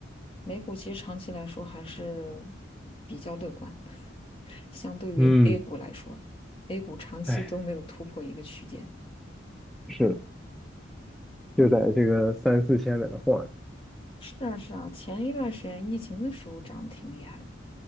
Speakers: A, on the left; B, in the centre.
A: 美股其实长期来说还是比较乐观，<laughs> 相对于
B: 嗯，
A: A 股来说，A 股长期都没有突破一个区间。
B: 哎，是的。就在这个三四千在那晃悠。
A: 是啊是啊，前一段时间疫情的时候涨得挺厉害的，